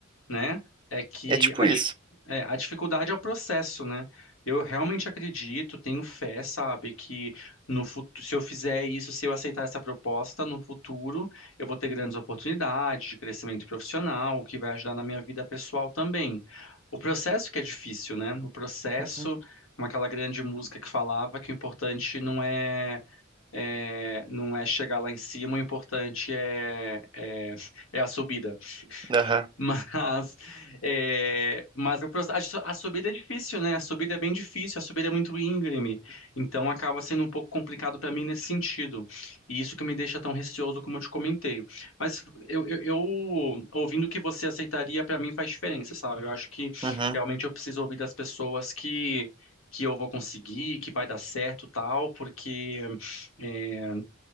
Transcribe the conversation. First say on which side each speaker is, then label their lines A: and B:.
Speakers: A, on the left; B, on the right.
A: né? É que
B: É tipo
A: a, di-
B: isso.
A: é, a dificuldade é o processo, né? Eu realmente acredito, tenho fé, sabe, que no futuro, se eu fizer isso, se eu aceitar essa proposta, no futuro eu vou ter grandes oportunidades de crescimento profissional, o que vai ajudar na minha vida pessoal também. O processo que é difícil, né? O processo,
B: Uhum.
A: como aquela grande música que falava que o importante não é, é não é chegar lá em cima, o importante é, é, é a subida.
B: Aham.
A: Mas, é, mas o proce- a, su- a subida é difícil, né? A subida é bem difícil, a subida é muito íngreme. Então acaba sendo um pouco complicado para mim nesse sentido. E isso que me deixa tão receoso como eu te comentei. Mas eu, eu- eu- ouvindo que você aceitaria, para mim faz diferença, sabe? Eu acho que
B: Uhum.
A: realmente eu preciso ouvir das pessoas que. que eu vou conseguir, que vai dar certo, tal, porque eh,